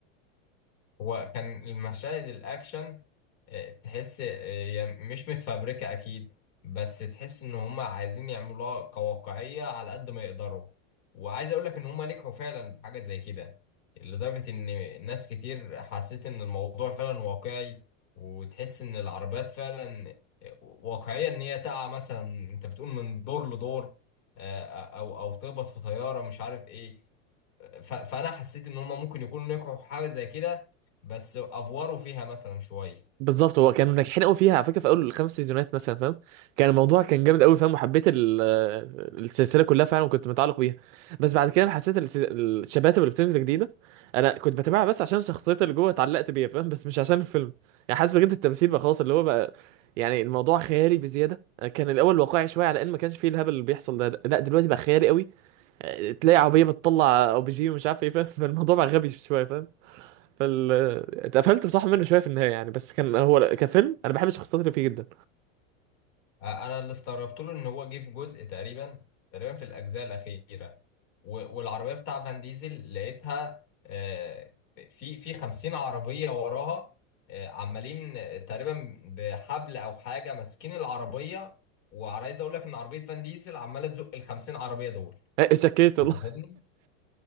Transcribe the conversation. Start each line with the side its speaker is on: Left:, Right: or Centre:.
Left: هو كان المشاهد الاكشن آه، تحس آه، هي مش متفبركه اكيد بس تحس ان هم عايزين يعملوها كواقعيه على قد ما يقدروا وعايز اقول لك ان هم نجحوا فعلا في حاجه زي كده لدرجه ان ناس كتير حسيت ان الموضوع فعلا واقعي وتحس ان العربيات فعلا آه، واقعيه ان هي تقع مثلا انت بتقول من دور لدور آه، او او تخبط في طياره مش عارف ايه ف- فانا حسيت ان هم ممكن يكونوا نجحوا في حاجه زي كده بس افوروا فيها مثلا شويه
Right: بالظبط هو كانوا ناجحين قوي فيها على فكره في اول الخمس سيزونات مثلا فاهم كان الموضوع كان جامد قوي فاهم وحبيت ال- آه، السلسله كلها فعلا وكنت متعلق بيها بس بعد كده أنا حسيت الس- الشباتب اللي بتنزل جديده انا كنت بتابعها بس عشان الشخصيات اللي جوه اتعلقت بيها فاهم بس مش عشان الفيلم يعني حاسس بجد التمثيل بقى خلاص اللي هو بقى يعني الموضوع خيالي بزياده كان الاول واقعي شويه على ان ما كانش فيه الهبل اللي بيحصل ده لا دلوقتي بقى خيالي قوي تلاقي عربيه بتطلع او بيجي ومش عارف ايه فاهم <laughs> فالموضوع بقى غبي شويه فاهم فال اتقفلت بصراحه منه شويه في النهايه يعني بس كان هو كفيلم انا بحب الشخصيات اللي فيه جدا
Left: آه، انا اللي استغربت له ان هو جه في جزء تقريبا تقريبا في الاجزاء الاخيره و- والعربيه بتاع فان ديزل لقيتها آه، في في 50 عربيه وراها آه، عمالين تقريبا بحبل او حاجه ماسكين العربيه وعايز اقول لك ان عربيه فان ديزل عماله تزق ال 50 عربيه دول
Right: آه، إيه، سكيت والله
Left: انت فاهمني
Right: <laughs>